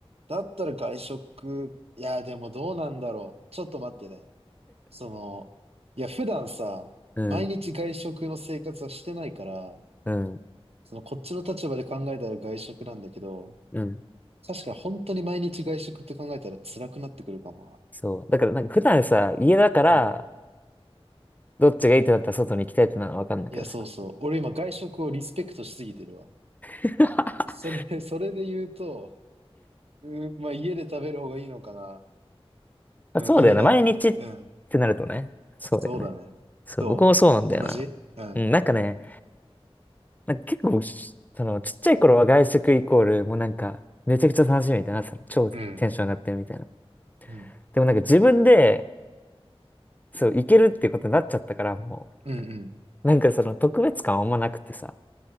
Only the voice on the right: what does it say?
だったら外食。いや、でもどうなんだろう。ちょっと待ってね。その、いや、普段さ、
毎日外食の生活はしてないから、
その、こっちの立場で考えたら外食なんだけど、
確かに本当に毎日外食って考えたら辛くなってくるかも
な。
いや、そうそう。俺今外食をリスペクトしすぎてるわ。
それ、それで言うと、うん、まあ家で食べる方がいいのかな。
うん、家だわ。
うん。
そうだね。
どう同じうん。
うん。うん。
うんうん。